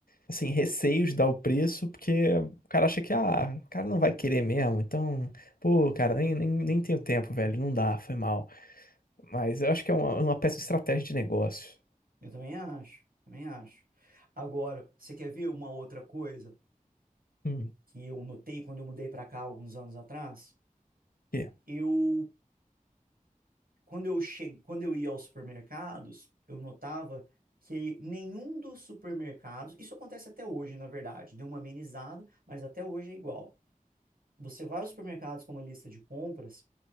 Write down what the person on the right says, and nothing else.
Eu também acho, também acho. Agora, você quer ver uma outra coisa
que eu notei quando eu mudei para cá alguns anos atrás?
Eu quando eu che... quando eu ia aos supermercados, eu notava que nenhum dos supermercados, isso acontece até hoje, na verdade, deu uma amenizada, mas até hoje é igual. Você vai aos supermercados com uma lista de compras